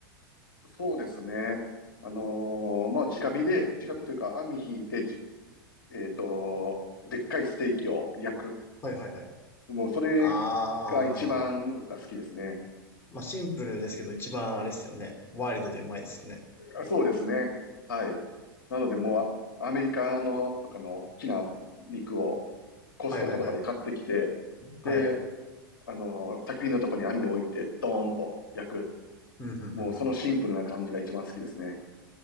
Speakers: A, on the left; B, on the left.
A: そうですね。あのーまあ、直火で、直火というか網引いて、じえっと、でっかいステーキを焼く。
B: はいはいはい。
A: もうそれ
B: ああ、
A: が一番僕は好きですね。
B: まあシンプルですけど、一番あれですよね。ワイルドでうまいですよね。
A: あそうですね。はい。なのでもうあアメリカのとかの大きな肉をコストコとかで買ってきて、
B: はいはいはい。はい。
A: で、あの、焚き火のとこに網を置いてドーンと焼く。
B: うんうんうんん
A: もうそのシンプルな感じが一番好きですね。